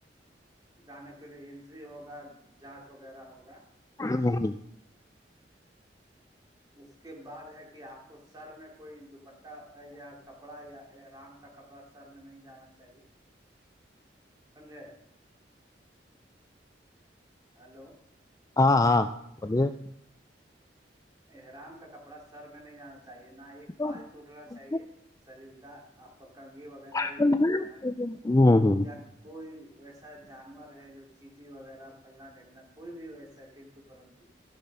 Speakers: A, on the right (about 25°); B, on the left (about 20°).
A: جانے کے لیے انینٹری ہوگا جانچ وغیرہ ہوگا
B: <inaudible>
A: اس کے بعد ہے کہ آپ کو سر میں کوئی دوپٹہ یا کپڑا یا ارام کا کپڑا سر میں نہیں جانا چاہیے سمجے ہلو
B: ہاں ہاں بلیے
A: اران کا کپڑا سر میں نہیں جانا چاہیے نہ ایک
B: ہاں
A: بال ٹوٹنا چاہیے شریر کا آپ کو کنگی وغیرہ بھی
B: ہاں
A: نہیں کرنا ہے یا کوئی ویسے جانور ہے جو چیٹی وغیرہ پھنا دیکنا کوئی بھی ویسا ہے کتو پرنت